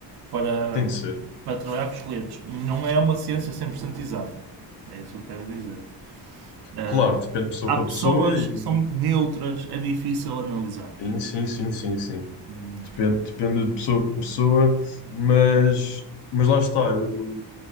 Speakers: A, on the right; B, on the left.
A: para,
B: Tem de ser.
A: para trabalhar com os clientes. Não é uma ciência 100% exata, é isso que eu quero dizer. Ah,
B: Claro, depende de pessoa
A: há
B: para
A: pessoas
B: pessoa e
A: que são muito neutras, é difícil analisar.
B: sim, sim, sim, sim, sim.
A: Hum,
B: Depende, depende de pessoa para pessoa, mas, mas lá está, eu,